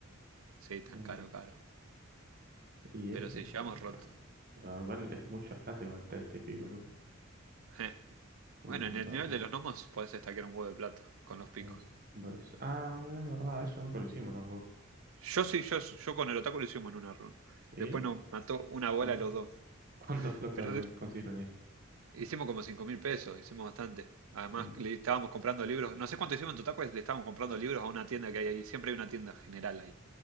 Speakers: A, on the right; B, on the right.
A: Sí, tan
B: sí, no.
A: caro, caro.
B: Y
A: Pero
B: ese,
A: si llegamos
B: qué sé
A: roto.
B: yo. Pero igual es mucha plata, igual 30 y pico, loco.
A: Je.
B: Un
A: Bueno,
B: montón,
A: en el nivel de los gnomos podés estaquear un huevo de plata con los picos.
B: Pues, pues- ah, bueno, es verdad, eso nunca lo hicimos tampoco.
A: Yo sí, yo, yo con el otaku lo hicimos en una run.
B: ¿Y
A: Después nos mató una bola
B: cuánto?
A: a los dos.
B: ¿Cuánta plata
A: Pero de-
B: consiguieron ahí?
A: Hicimos como cinco mil pesos, hicimos bastante. Además,
B: Mm,
A: le estábamos comprando libros. No sé cuánto hicimos en total, pues le estábamos comprando libros a una tienda que hay ahí. Siempre hay una tienda general ahí